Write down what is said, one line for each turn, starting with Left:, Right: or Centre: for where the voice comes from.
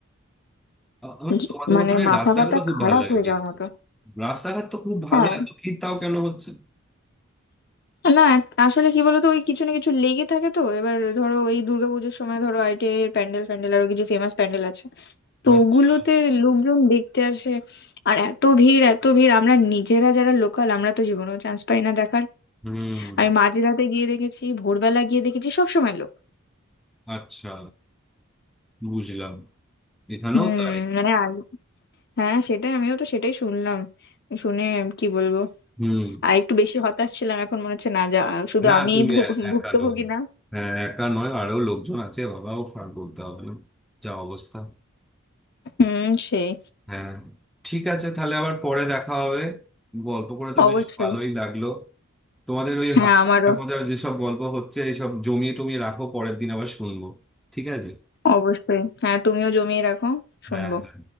Centre: আমার
Left: যে-
Centre: তোমাদের
Left: মানে
Centre: ওখানে
Left: মাথা
Centre: রাস্তাগুলো
Left: ফাতা
Centre: খুব
Left: খারাপ
Centre: ভালো লাগে
Left: হয়ে
Centre: দেখতে
Left: যাওয়ার মতো
Centre: রাস্তাঘাট তো খুব ভালো
Left: হ্যাঁ
Centre: এত ভিড় তাও কেন হচ্ছে
Left: না এক- আসলে কি বলতো ওই কিছু না কিছু লেগে থাকে তো এবার ধরো এই দুর্গাপুজোর সময় ধরো আইটিআই এর প্যান্ডেল ফ্যান্ডেল আরো কিছু ফেমাস প্যান্ডেল আছে তো
Centre: আচ্ছা
Left: ওগুলোতে লোকজন দেখতে আসে আর এত ভিড় এত ভিড় আমরা নিজেরা যারা লোকাল আমরা তো জীবনেও চান্স পাই না দেখার
Centre: হুম
Left: আমি মাঝরাতে গিয়ে দেখেছি ভোরবেলা গিয়ে দেখেছি সব সময় লোক
Centre: আচ্ছা বুঝলাম এখানেও
Left: হুম
Centre: তাই
Left: মানে আগে হ্যাঁ সেটাই আমিও তো সেটাই শুনলাম শুনে কি বলবো
Centre: হুম
Left: আর একটু বেশি হতাশ ছিলাম এখন মনে হচ্ছে না যা শুধু
Centre: না
Left: আমিই
Centre: তুমি
Left: ভুগ-
Centre: এ- একা
Left: ভুক্তভোগী
Centre: নও
Left: না
Centre: হ্যাঁ একা নয় আরো লোকজন আছে বাবা ও ফার বলতে হবে না যা অবস্থা
Left: হুম সেই
Centre: হ্যাঁ ঠিক আছে তাহলে আবার পরে দেখা হবে গল্প করে তো
Left: অবশ্যই
Centre: বেশ ভালোই লাগলো তোমাদের ওই
Left: হ্যাঁ
Centre: হা-
Left: আমারও
Centre: মজার মজার যেসব গল্প হচ্ছে এইসব জমিয়ে টমিয়ে রাখো পরের দিন আবার শুনবো ঠিক আছে
Left: অবশ্যই হ্যাঁ তুমিও জমিয়ে রাখো শুনবো
Centre: হ্যাঁ হ্যাঁ